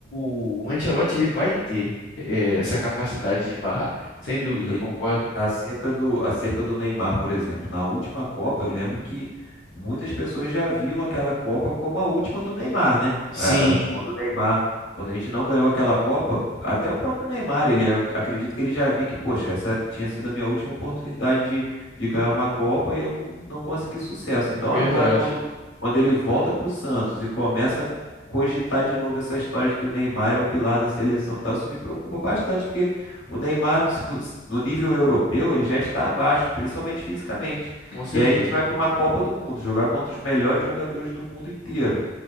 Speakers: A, on the left (about 60°); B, on the left (about 80°).
A: o o Ancelotti ele vai ter é, essa capacidade de barrar, sem dúvida,
B: E
A: eu concordo.
B: acerca do, acerca do Neymar, por exemplo, na última Copa, eu lembro que muitas pessoas já viam aquela Copa como a última do Neymar, né?
A: Sim,
B: A- a- Quando o Neymar, quando a gente não ganhou aquela Copa, até o próprio Neymar, ele eu acredito que ele já via que, poxa, essa tinha sido a minha última oportunidade de, de ganhar uma Copa e eu não, não consegui sucesso. Então
A: verdade,
B: agora, quando, quando ele volta para o Santos e começa a cogitar de novo essa história de que o Neymar é o pilar da seleção e tal, isso me preocupa bastante, porque o Neymar, se vo- no nível europeu, ele já está abaixo, principalmente fisicamente.
A: com certeza.
B: E aí a gente vai para uma Copa do Mundo, jogar contra os melhores jogadores do mundo inteiro.